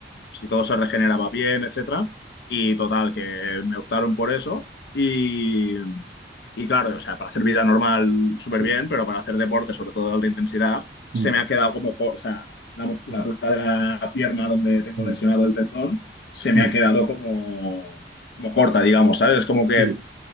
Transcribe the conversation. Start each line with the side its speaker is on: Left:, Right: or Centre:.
Left: si todo se regeneraba bien, etcétera. Y total, que me optaron por eso. Y, y claro, o sea, para hacer vida normal súper
Right: Sí.
Left: bien, pero para hacer deporte, sobre todo de alta intensidad, se
Right: Mm,
Left: me ha quedado como, co- o sea, la musculatura
Right: mm,
Left: de la pierna donde tengo
Right: mm.
Left: lesionado el tendón, se me
Right: mm.
Left: ha quedado como, como corta, digamos, ¿sabes? Es como que
Right: Sí,